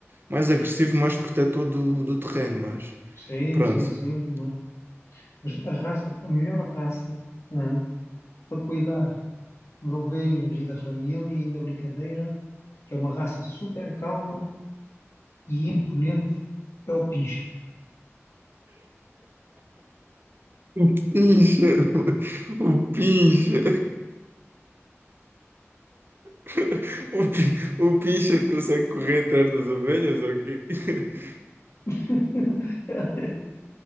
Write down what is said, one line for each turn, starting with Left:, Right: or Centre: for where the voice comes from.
Right: mais agressivo, mais protetor do, do terreno, mas
Left: Sim,
Right: pronto.
Left: sim, sim,
Right: <laughs>
Left: também. Mas a raça, a melhor raça, hã, para cuidar Lovelhos e da família, ainda brincadeira, que é uma raça super calma e imponente, é o pincher.
Right: O pincha, o pincha. <laughs> O, pi- o pincher consegue correr atrás das ovelhas, ok? <laughs>
Left: <laughs>